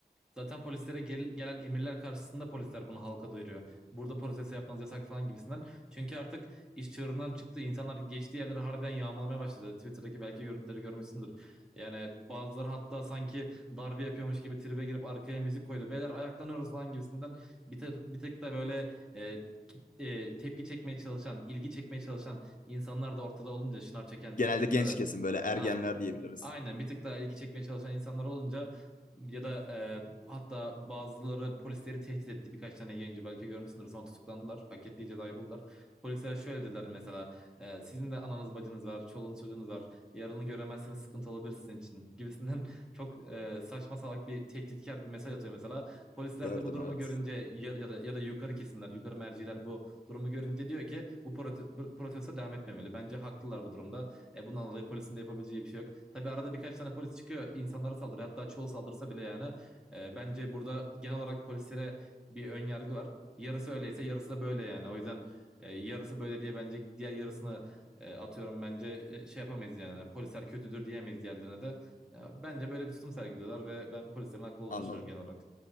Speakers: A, in the centre; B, on the left.
A: Zaten polislere gel- gelen emirler karşısında polisler bunu halka duyuruyor. Burada protest yapmanız yasak falan gibisinden. Çünkü artık iş çığırından çıktı. İnsanlar geçtiği yerleri harbiden yağmalamaya başladı. Twitter'daki belki görüntüleri görmüşsündür. Yani bazıları hatta sanki darbe yapıyormuş gibi tribe girip arkaya müzik koydu. Beyler ayaklanıyoruz falan gibisinden. Bir, te- bir tek de böyle e, kit- e, tepki çekmeye çalışan, ilgi çekmeye çalışan insanlar da ortada olunca şınav çeken
B: Genelde genç
A: ya da
B: kesim böyle ergenler
A: a-
B: diyebiliriz.
A: Aynen bir tık daha ilgi çekmeye çalışan insanlar olunca ya da e, hatta bazıları polisleri tehdit etti birkaç tane yayıncı belki görmüşsündür sonra tutuklandılar hak ettiği cezayı buldular. Polislere şöyle dediler mesela e, sizin de ananız bacınız var çoluğunuz çocuğunuz var yarını göremezseniz sıkıntı olabilir sizin için gibisinden <laughs> çok e, saçma salak bir tehditkar bir mesaj atıyor mesela. Polisler
B: Gördüm
A: de bu durumu
B: evet.
A: görünce ya, ya da, ya da yukarı kesimler yukarı merciler bu durumu görünce diyor ki bu prote- protesto devam etmemeli bence haklılar bu durumda. E bundan dolayı polisin de yapabileceği bir şey yok. Tabii arada birkaç tane polis çıkıyor insanlara saldırıyor. Hatta çoğu saldırsa bile yani e, bence burada genel olarak polislere bir ön yargı var. Yarısı öyleyse yarısı da böyle yani. O yüzden e, yarısı böyle diye bence diğer yarısını e, atıyorum bence e, şey yapamayız yani. Polisler kötüdür diyemeyiz diğerlerine de. Ya, bence böyle bir tutum sergiliyorlar ve ben polislerin haklı olduğunu
B: Anladım.
A: düşünüyorum genel olarak.